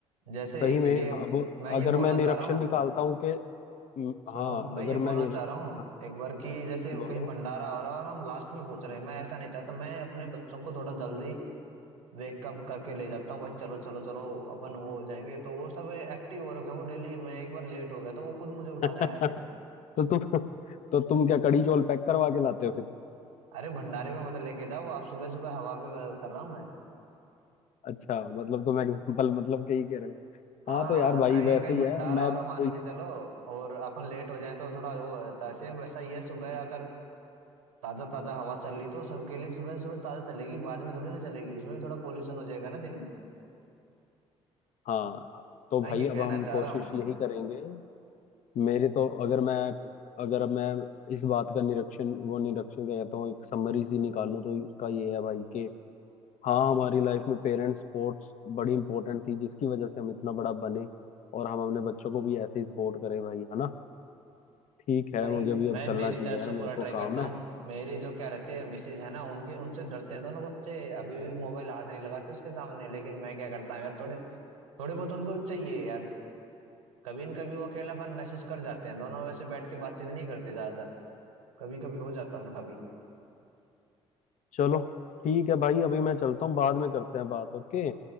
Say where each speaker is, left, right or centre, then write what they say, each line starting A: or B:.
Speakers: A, on the right (about 80°); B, on the left (about 50°).
A: जैसे
B: सही में
A: ये
B: अब
A: मैं ये
B: अगर
A: बोलना
B: मैं निरीक्षण
A: चाह रहा हूँ
B: निकालता हूँ कि हम्म,
A: सुनो
B: हाँ
A: मैं
B: अगर
A: ये बोलना
B: मैं निरीक्षण
A: चाह रहा हूँ
B: हाँ,
A: एक बार कि जैसे
B: बोलो
A: कहीं भंडारा हो रहा है और हम लास्ट में पहुंच रहे हैं मैं ऐसा नहीं चाहता मैं अपने बच्चों को थोड़ा जल्दी वेकअप करके ले जाता हूँ भाई चलो चलो चलो अपन वो हो जाएंगे तो वो सब एक्टिव हो रखे हैं वो डेली मैं एक बार लेट हो गया तो वो खुद मुझे उठाने
B: <laughs>
A: आए थे
B: तो तुम तो तुम क्या कड़ी चौल पैक करवा के लाते हो फिर
A: अरे भंडारे पे मत लेके जाओ आप सुबह सुबह हवा पे कर रहा हूँ मैं
B: अच्छा मतलब तुम एग्जाम्पल मतलब कहीं कह रहे हो
A: हाँ
B: हाँ तो यार भाई
A: कहीं
B: वैसे
A: कहीं
B: ही
A: भंडारा
B: है मैं
A: हो रहा
B: भी-
A: मान के चलो और अपन लेट हो जाए तो थोड़ा वो हो जाता है सेम वैसा ही है सुबह अगर ताजा ताजा हवा चल रही तो सबके लिए सुबह सुबह ताजा चलेगी बाद में थोड़ी ना चलेगी उसमें भी थोड़ा पोल्यूशन हो जाएगा ना दिन में
B: हाँ तो
A: मैं
B: भाई
A: ये
B: अब
A: कहना
B: हम
A: चाह
B: कोशिश
A: रहा हूँ
B: यही करेंगे मेरे तो अगर मैं अगर अब मैं इस बात का निरीक्षण वो निरीक्षण क्या कहता हूँ एक समरी सी निकालूं तो उसका ये है भाई कि हाँ हमारी लाइफ में पेरेंट्स सपोर्ट्स बड़ी इंपॉर्टेंट थी जिसकी वजह से हम इतना बड़ा बने और हम अपने बच्चों को भी ऐसे ही सपोर्ट करें भाई है ना ठीक है
A: भाई
B: मुझे भी अब
A: मैं
B: चलना
A: मेरी
B: चाहिए
A: तरफ
B: यार
A: से
B: मेरे
A: पूरा
B: को
A: ट्राई करता
B: काम
A: हूँ
B: है
A: मेरी जो क्या रहती है मिसेज है ना उनके उनसे डरते हैं दोनों बच्चे अभी भी मोबाइल हाथ नहीं लगाते उसके सामने लेकिन मैं क्या करता हूँ यार थोड़े थोड़े बहुत उनको चाहिए यार कभी न कभी वो अकेलापन महसूस कर जाते हैं दोनों वैसे बैठ के बातचीत नहीं करते ज्यादातर कभी कभी हो जाता है उनका भी
B: चलो ठीक है भाई अभी मैं चलता हूँ बाद में करते हैं बात ओके